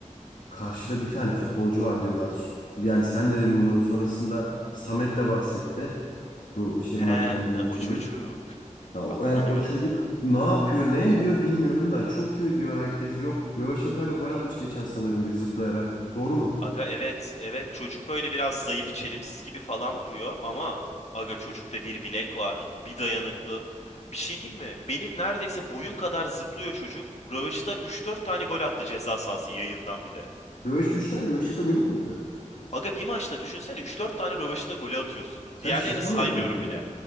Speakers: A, on the left (about 80°); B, on the left (about 55°).
A: Karşıda bir tane futbolcu var diyorlar. Yani sen dedin bunu sonrasında Samet de bahsetti. Bu işte
B: He,
A: maçı oynayan
B: o
A: çocuk.
B: çocuk.
A: Ya, o-
B: Aga
A: yani
B: biliyorum
A: o çocuk
B: ya.
A: ne yapıyor ne ediyor bilmiyorum da çok iyi diyor herkes. Yok Röveşata'yla gol atmış geçen sanırım bir zıplayarak. Doğru mu?
B: Aga evet, evet çocuk böyle biraz zayıf, çelimsiz gibi falan duruyor ama aga çocukta bir bilek var, bir dayanıklı. Bir şey diyeyim mi? Benim neredeyse boyum kadar zıplıyor çocuk. Rövaşata üç dört tane gol attı ceza sahası yayından bir de.
A: Röveş, üç tane Röveşata golü mü attı?
B: Aga bir maçta düşünsene üç dört tane rövaşata golü atıyorsun.
A: Sen
B: Diğerlerini
A: şaka
B: saymıyorum
A: mı yapıyorsun?
B: bile.